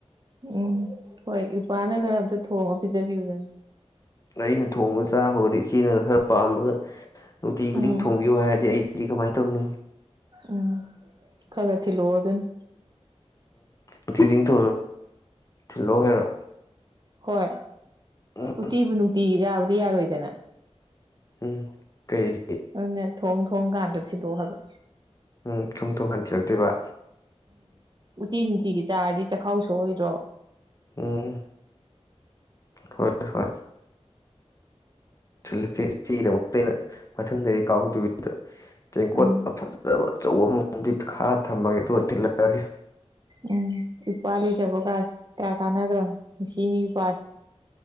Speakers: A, on the right; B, on the left.
A: ꯎꯝ ꯍꯣꯏ ꯏꯄꯥꯅ ꯈꯔ ꯑꯝꯇ ꯊꯣꯡꯉ ꯄꯤꯖꯕꯤꯌꯨꯗꯅ
B: ꯑꯩꯅ ꯊꯣꯡꯕꯗ ꯆꯥꯍꯔꯗꯤ ꯏꯆꯦꯅ ꯈꯔ ꯄꯥꯝꯃꯒ ꯅꯨꯡꯇꯤ ꯈꯨꯗꯤꯡ
A: ꯎꯝ
B: ꯊꯣꯡꯕꯤꯌꯨ ꯍꯥꯏꯔꯗꯤ ꯑꯩ ꯀꯃꯥꯏꯅ ꯇꯧꯅꯤ
A: ꯎꯝ ꯈꯒ ꯊꯤꯂꯣ ꯑꯣꯗꯅ
B: ꯎꯝꯤꯁꯤꯡ ꯊ ꯊꯤꯜꯂꯣ ꯍꯥꯏꯔꯣ
A: ꯍꯣꯏ
B: ꯎꯝ
A: ꯎꯇꯤꯕꯨ ꯅꯨꯡꯇꯤꯒꯤ ꯌꯥꯥꯕꯗꯤ ꯌꯥꯔꯣꯏꯗ ꯗꯅ
B: ꯎꯝ ꯀꯩ
A: ꯑꯟꯅ ꯊꯣꯡ ꯊꯣꯡꯒꯥꯟꯗ ꯊꯤꯜꯂꯛꯑꯣ ꯍꯥꯏꯕ
B: ꯎꯝ ꯊꯨꯝ ꯊꯨꯝ ꯍꯟꯊꯤꯔꯛꯇꯣꯏꯕ
A: ꯇꯤꯟ ꯇꯒꯤ ꯆꯥ ꯆꯈꯥꯎꯁꯨ ꯑꯣꯏꯗ꯭ꯔꯣ
B: ꯎꯝ ꯍ ꯍꯣꯏ ꯂꯛ ꯁꯤꯗꯃꯛꯇ ꯑꯩꯅ ꯃꯊꯪꯗꯗꯤ ꯀꯥꯎꯗ ꯇꯦꯝ
A: ꯎꯝ
B: ꯀꯣꯠ ꯐ ꯑꯆꯧꯕ ꯃꯑꯣꯡꯗꯗꯤ ꯈꯥꯔ ꯊꯝꯃꯒꯦ ꯑꯗꯨꯒ ꯊꯤꯜꯂꯛꯑꯒꯦ
A: ꯎꯝ ꯏꯄꯥꯂꯤ ꯆꯕ ꯀꯥꯥꯁ ꯇꯥ ꯀꯥꯅꯒ꯭ꯔꯣ ꯁꯤꯅꯤꯒꯤ ꯄꯥꯁ